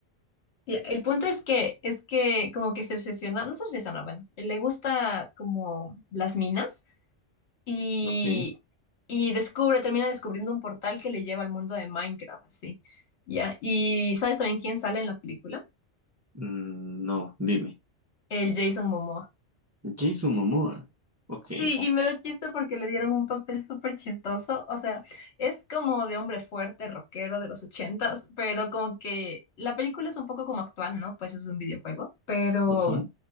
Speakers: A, on the left (about 65°); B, on the right (about 25°).
A: Y el punto es que, es que como que se obsesiona, no se obsesiona, bueno, le gusta como las minas y,
B: Ok.
A: y descubre, termina descubriendo un portal que le lleva al mundo de Minecraft, así, ¿ya? Y ¿sabes también quién sale en la película?
B: Mm, No, dime.
A: El Jason Momoa.
B: Jason Momoa. Ok.
A: Sí, y me da chiste porque le dieron un papel súper chistoso, o sea, es como de hombre fuerte, rockero de los ochentas, pero como que la película es un poco como actual, ¿no? Pues es un videojuego, pero...
B: Ajá.